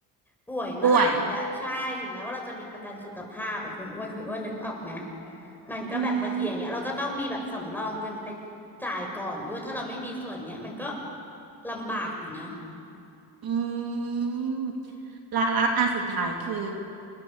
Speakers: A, in the centre; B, on the right (about 55°).
A: ป่วยเมื่อไหร่ถึงแม้ใช่ถึงแม้ว่าเราจะมีประกันสุขภาพแบบคุณอ้วนคุณอ้วนนึกออกไหม
B: ป่วย
A: มันก็แบบบางทีอย่างเงี้ยเราก็ต้องมีแบบสำรองเงินไป
B: อืม
A: จ่ายก่อนด้วยถ้าเราไม่มีส่วนเนี้ยมันก็ลำบากอยู่นะ
B: อืมและและอันสุดท้ายคือ